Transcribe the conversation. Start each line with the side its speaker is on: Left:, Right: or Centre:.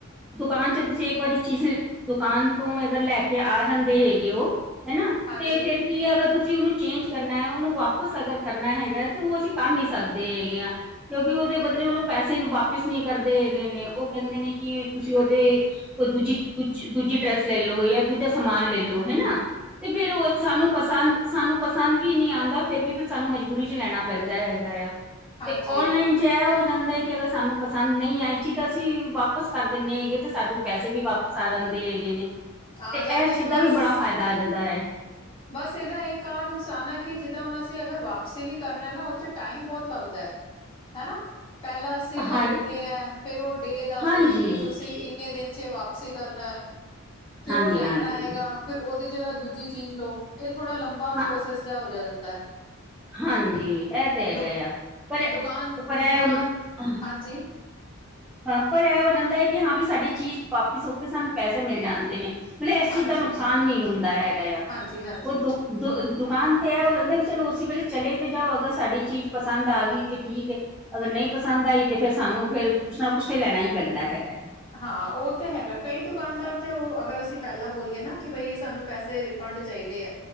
Centre: ਦੁਕਾਨ ਚ ਤੁਸੀ ਇੱਕ ਵਾਰੀ ਚੀਜ਼ ਦੁਕਾਨ ਤੋਂ ਅਗਰ ਲੈ ਕੇ ਆ ਜਾਂਦੇ ਹੈਗੇ ਹੋ, ਹੈਨਾ
Left: ਹਾਂਜੀ-ਹਾਂਜੀ।
Centre: ਤੇ ਫੇਰ ਕਿ ਅਗਰ ਤੁਸੀਂ ਉਹਨੂੰ ਚੇਂਜ ਕਰਨਾ ਹੈ, ਉਹਨੂੰ ਵਾਪਸ ਅਗਰ ਕਰਨਾ ਹੈਗਾ ਤੇ ਉਹ ਅਸੀਂ ਕਰ ਨੀ ਸਕਦੇ ਹੈਗੇ ਆਂ। ਕਿਉਂਕਿ, ਉਹਦੇ
Left: ਹੂੰ
Centre: ਬਦਲੇ ਉਹਨੂੰ ਪੈਸੇ ਵਾਪਿਸ ਨਹੀਂ ਕਰਦੇ ਹੈਗੇ ਨੇ, ਉਹ ਕਹਿੰਦੇ ਨੇ ਕਿ ਤੁਸੀਂ ਉਹਦੇ ਕੋਈ ਦੂਜੀ ਦੂਜੀ ਡਰੈਸ ਲੈ ਲੋ ਜਾਂ ਦੂਜਾ ਸਮਾਨ ਲੈ ਲੋ ਹੈਨਾ? ਤੇ ਫੇਰ ਉਹ ਸਾਨੂੰ ਪਸੰਦ ਸਾਨੂੰ ਪਸੰਦ ਵੀ ਨੀ ਆਂਦਾ ਫਿਰ ਵੀ ਸਾਨੂੰ ਮਜਬੂਰੀ ਚ ਲੈਣਾ ਪੈਂਦਾ ਹੈਗਾ ਆ।
Left: ਹਾਂਜੀ-ਹਾਂਜੀ-ਹਾਂਜੀ-ਹਾਂਜੀ
Centre: ਤੇ ਔਨਲਾਈਨ ਇਹ ਹੋ ਜਾਂਦਾ ਹੈ, ਕਿ ਅਗਰ ਸਾਨੂੰ ਪਸੰਦ ਨਹੀਂ ਆਈ ਚੀਜ ਤਾਂ ਅਸੀਂ ਵਾਪਿਸ ਕਰ ਦਿੰਦੇ ਹੈਗੇ ਤੇ ਸਾਨੂੰ ਪੈਸੇ ਵੀ ਵਾਪਸ ਆ ਜਾਂਦੇ ਹੈਗੇ ਨੇ
Left: ਆ
Centre: ਤੇ
Left: ਜਾਂਦੇ
Centre: ਇਹ ਚੀਜ਼
Left: ਬਸ
Centre: ਦਾ ਵੀ ਬੜਾ ਫਾਇਦਾ ਆ ਜਾਂਦਾ ਹੈ।
Left: ਬਸ ਇਹਦਾ ਇੱਕ ਆਹ ਨੁਕਸਾਨ ਹੈ ਕਿ ਜਿੱਦਾਂ ਹੁਣ ਅਸੀਂ ਅਗਰ ਵਾਪਸੀ ਵੀ ਕਰਨਾ ਨਾ ਉਦੇ ਚ ਟਾਈਮ ਬਹੁਤ ਲੱਗਦਾ ਏ। ਹੈਨਾ, ਪਹਿਲਾਂ ਅਸੀ ਖਰੀਦਦੇ
Centre: ਹਾਂ
Left: ਆਂ, ਫੇਰ ਉਹ ਡੇ ਦੱਸਦੇ
Centre: ਹਾਂਜੀ
Left: ਆ ਕਿ ਤੁਸੀਂ ਇੰਨੇ ਦਿਨ ਚ ਵਾਪ ਸੀ ਕਰਨਾ ਹੈ, ਫਿਰ
Centre: ਹਾਂਜੀ
Left: ਉਹ ਲੈਣ
Centre: ਹਾਂਜੀ
Left: ਆਏਗਾ ਫੇਰ ਉਹਦੀ ਜਗ੍ਹਾ ਦੂਜੀ ਚੀਜ਼ ਲਓ। ਇਹ ਥੋੜਾ ਲੰਬਾ
Centre: ਹਾਂ
Left: ਪ੍ਰੋਸੈਸ ਜਿਹਾ ਹੋ ਜਾ ਜਾਂਦਾ ਹੈ।
Centre: ਹਾਂਜੀ ਇਹ ਤੇ ਹੈਗਾ
Left: ਦੁ
Centre: ਆ ਪਰ
Left: ਦੁਕਾਨ,
Centre: ਪਰ ਇਹ
Left: ਦੁਕਾਨ
Centre: ਹੁਣ-
Left: ਹਾਂਜੀ
Centre: ਹਾਂ, ਪਰ ਇਹ ਹੋ ਜਾਂਦਾ ਹੈ, ਕਿ ਹਾਂ ਵੀ ਸਾਡੀ ਚੀਜ਼ ਵਾਪਿਸ ਹੋ ਕੇ ਸਾਨੂੰ ਪੈਸੇ ਮਿਲ ਜਾਂਦੇ ਨੇ। ਮਤਲਬ ਇਸ
Left: ਹਾਂਜੀ
Centre: ਚੀਜ਼ ਦਾ ਨੁਕਸਾਨ ਨਹੀਂ ਹੁੰਦਾ ਹੈਗਾ ਆ।
Left: ਹਾਂਜੀ ਹਾਂਜੀ
Centre: ਉਹ ਦ ਦੁ ਦੁਕਾਨ ਤੇ ਇਹ ਹੋ ਜਾਂਦਾ, ਕਿ ਚਲੋ ਉਸੀ ਵੇਲੇ ਚਲੇ ਤੇ ਜਾਓ, ਅਗਰ ਸਾਡੀ ਚੀਜ਼ ਪਸੰਦ ਆ ਗਈ ਤੇ ਠੀਕ ਏ ਅਗਰ ਨਹੀਂ ਪਸੰਦ ਆਈ ਤੇ ਫਿਰ ਸਾਨੂੰ ਫਿਰ ਕੁਛ ਨਾ ਕੁਛ ਤਾਂ ਲੈਣਾ ਹੀ ਪੈਂਦਾ ਹੈਗਾ ਏ।
Left: ਹਾਂ, ਉਹ ਤੇ ਹੈਗਾ। ਕਈ ਦੁਕਾਨਦਾਰ ਤੇ ਉਹ ਅਗਰ ਅਸੀਂ ਪਹਿਲਾਂ ਬੋਲੀਏ ਨਾ ਕਿ ਬਈ ਸਾਨੂੰ ਪੈਸੇ ਫੰਡ ਚਾਹੀਦੇ ਏ